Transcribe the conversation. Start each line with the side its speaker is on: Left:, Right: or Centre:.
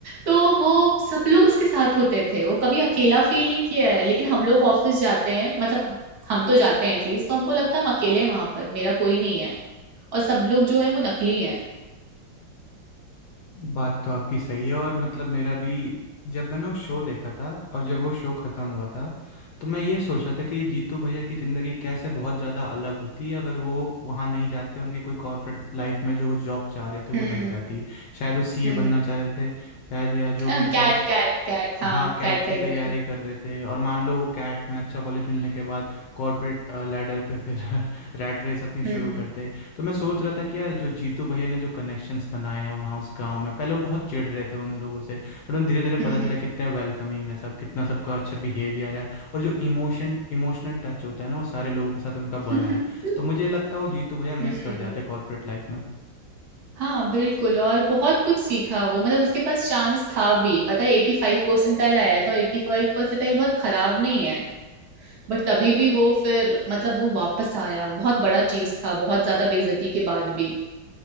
Right: तो वो सब लोग उसके साथ होते थे वो कभी अकेला फील नहीं किया है लेकिन हम लोग ऑफिस जाते हैं मतलब ह- हम तो जाते हैं एटलीस्ट तो हमको लगता है हम अकेले हैं वहां पर मेरा कोई नहीं है और सब लोग जो हैं वो नकली हैं
Left: बात तो आपकी सही है और मतलब मेरा भी जब मैंने वो शो देखा था और जब वो शो ख़त्म हुआ था तो मैं ये सोच रहा था कि जीतू भैया की ज़िंदगी कैसे बहुत ज़्यादा अलग होती अगर वो वहाँ नहीं जाते उनकी कोई कॉर्पोरेट लाइफ में जो जॉब चाह रहे थे वो
Right: हम्म
Left: लग जाती शायद वो सीए
Right: हम्म
Left: बनना चाह रहे थे शायद या जो
Right: कैट
Left: भी जॉब
Right: कैट कैट हाँ
Left: हाँ कैट
Right: कैट
Left: की
Right: का एग्जाम
Left: तैयारी कर रहे थे और मान लो कैट में अच्छा कॉलेज मिलने के बाद कॉर्पोरेट लैडर पे फिर <laughs> रैट रेस अपनी शुरू
Right: हम्म
Left: करते तो मैं सोच रहा था कि यार जो जीतू भैया ने जो कनेक्शंस बनाए हैं वहाँ उस गांव में पहले वो बहुत चिढ़ रहे थे उन लोगों से बट उन्हें धीरे धीरे
Right: हम्म
Left: पता चला कितने वेलकमिंग है सब कितना सबका अच्छा बिहेवियर है और जो इमोशन इमोशनल टच होता है ना वो सारे लोगों के साथ उनका
Right: <laughs>
Left: बना है तो मुझे लगता है वो जीतू भैया
Right: हम्म
Left: मिस कर जाते कॉर्पोरेट लाइफ में
Right: हाँ बिल्कुल और बहुत कुछ सीखा वो मतलब उसके पास चांस था भी पता है एटी फाइव परसेंटाइल आया था और एटी फाइव परसेंटाइल बहुत खराब नहीं है बट तभी भी वो फिर मतलब वो वापस आया बहुत बड़ा चीज था बहुत ज्यादा बेइज्जती के बाद भी